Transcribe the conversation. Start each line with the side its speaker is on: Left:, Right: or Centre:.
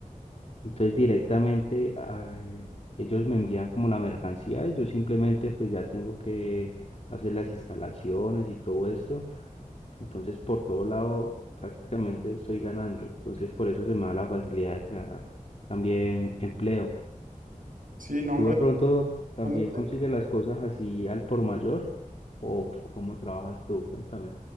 Left: Entonces directamente eh, ellos me envían como la mercancía y yo simplemente pues ya tengo que hacer las instalaciones y todo esto. Entonces por todo lado prácticamente estoy ganando. Entonces por eso se me da la facilidad de crear también empleo.
Right: Sí, no,
Left: ¿Tú de pronto también
Right: hombre,
Left: consigues las cosas así al por mayor? ¿O, o cómo trabajas tú? Cuéntame.